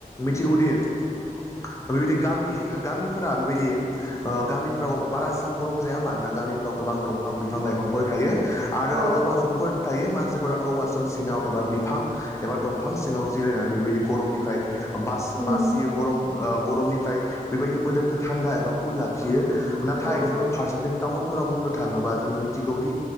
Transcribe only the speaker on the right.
औ
उम
औ